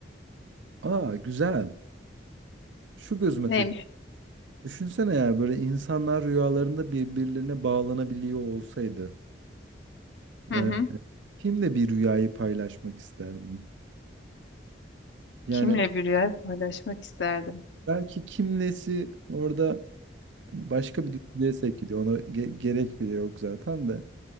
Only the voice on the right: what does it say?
Aa güzel. Şu gözüme
tak. Düşünsene ya böyle insanlar rüyalarında birbirlerine bağlanabiliyor olsaydı.
Ee,
kimle bir rüyayı paylaşmak isterdin? Yani
belki kimlesi orada başka bir düşünceye sevk ediyor. Ona ge- gerek bile yok zaten de.